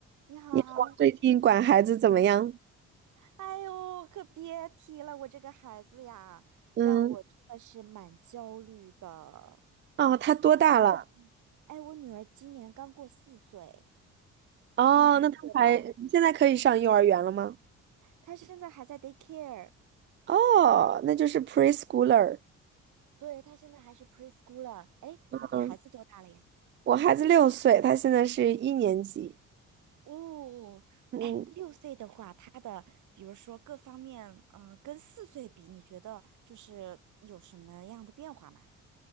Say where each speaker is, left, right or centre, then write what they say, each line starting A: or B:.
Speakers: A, on the right; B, on the right.
A: 你好，
B: 你老公最近管孩子怎么样？
A: 嗯哎呦，可别提了，我这个孩子呀，
B: 嗯，
A: 让我真的是蛮焦虑的。
B: 哦，他多大了？
A: 嗯，哎，我女儿今年刚过四岁，
B: 哦，
A: 你孩子多大了？
B: 那他还现在可以上幼儿园了吗？
A: 她现在还在 daycare，
B: 哦，那就是 preschooler。
A: 对，她现在还是 p r e s c h o o l 了。r 哎，
B: 嗯，
A: 你孩子多大了呀？
B: 我孩子六岁，他现在是一年级。
A: 哦，
B: 嗯，
A: 哎，六岁的话，他的比如说各方面，嗯、跟四岁比，你觉得就是有什么样的变化吗？